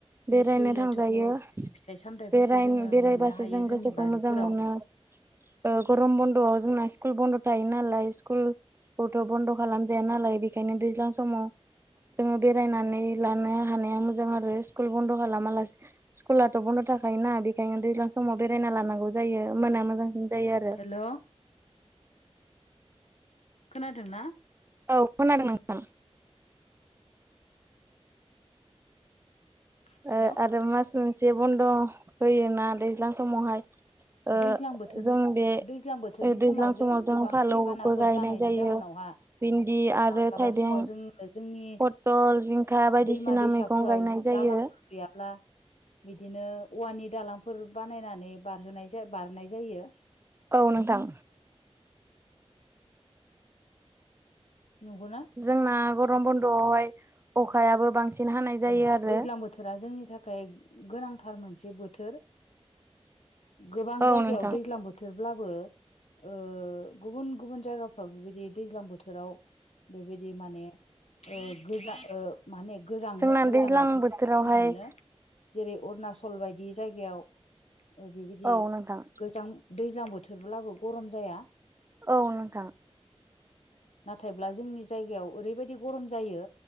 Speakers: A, on the right (about 25°); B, on the left (about 80°).
A: बेरायनो
B: लिसु
A: थांजायो
B: लेथुखु फिथाइ सामथाइफोरखौ
A: बेराय
B: जोंङो
A: बेरायबासो
B: मोननो हायो
A: जों गोसोखौ
B: जोंनि बारिफोराव
A: मोजां मोनो ओ गरम बन्द'आव जोंना स्कुल बन्द' थायो नालाय स्कुल खौथ' बन्द' खालामजाया नालाय बेखायनो दैज्लां समाव जोंङो बेरायनानै लानो हानाया मोजां आरो स्कुल बन्द' खालामालासे स्कुलाथ' बन्द' थाखायायोना बेखायनो दैज्लां समाव बेरायना लानांगौ जायो ओमबाना मोजांसिन जायो आरो
B: हेलौ खोनादों ना
A: औ खोनादों नोंथां
B: हेल'
A: ओ आरो मास मोनसे बन्द' होयोना दैज्लां समावहाय ओ
B: दैज्लां बोथोर
A: जों बे
B: दैज्लां बोथोरनि
A: दैज्लां समाव जों
B: गोबां
A: फालौबो
B: दैबानाफोर
A: गायनाय
B: जानायनि
A: जायो
B: जाहोनावहा
A: भिन्दि आरो
B: माब्लाबा
A: थाइबें
B: समाव जोङो जोंनि
A: पथल जिंखा बायदिसिना
B: दैमा दैसाफोराव
A: मैगं गायनाय जायो
B: दालांफोर गैयाब्ला बिदिनो औवानि दालांफोर बानायनानै बारहोनाय बारनाय जायो
A: औ नोंथां
B: नंगौना
A: जोंना गरम बन्द'आवहाय अखायाबो बांसिन हानाय जायो
B: औ
A: आरो
B: दैज्लां बोथोरा जोंनि थाखाय गोनांथार मोनसे बोथोर गोबां
A: औ
B: जायगायाव
A: नोंथां
B: दैज्लां बोथोरब्लाबो ओ गुबुन गुबुन जायगाफ्राव बेबायदि दैज्लां बोथोराव बेबायदि माने गोजा माने गोजांङो
A: जोंना
B: गोजांनायखौ
A: दैज्लां बोथोरावहाय
B: मिथिनो मोनो जेरै अरुनाचल बायदि जायगायाव बेबायदि
A: औ नोंथां
B: गोजां दैज्लां बोथोरब्लाबो गरम जाया
A: औ नोंथां!
B: नाथायब्ला जोंनि जायगायाव ओरैबायदि गरम जायो